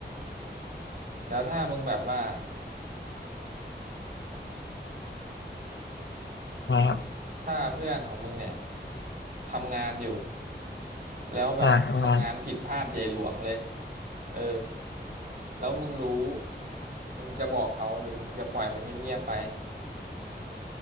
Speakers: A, on the right; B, on the left.
A: แล้วถ้ามึงแบบว่า
B: นะครับ
A: ถ้าเพื่อนของมึงเนี่ยทำงานอยู่แล้วแบบทำงานผิดพลาดใหญ่หลวงเลย
B: อ่าทำงาน
A: เออ แล้วมึงรู้มึงจะบอกเขาหรือมึงจะปล่อยมันเงียบๆไป